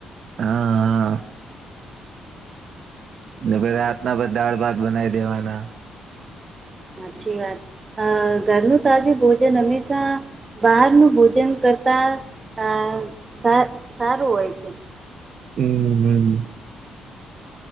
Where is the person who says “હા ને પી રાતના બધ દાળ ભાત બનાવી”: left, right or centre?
Right